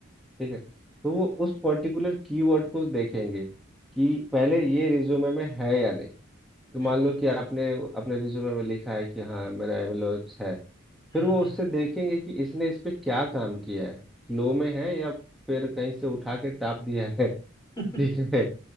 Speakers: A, in the centre; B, on the left (about 20°).
A: ठीक है तो वो उस पर्टिकुलर कीवर्ड को देखेंगे कि पहले ये रिज्यूमे में है या नहीं तो
B: बिल्कुल
A: मान लो कि आपने अपने रिज्यूमे में लिखा है कि हाँ मेरा एमएल ओप्स है फिर
B: हम्म
A: वो उससे देखेंगे कि इसने इस पे क्या काम किया है फ्लो में है या फिर कहीं से उठा के टाप दिया है <laughs>
B: हम्म।
A: ठीक
B: <laughs>
A: है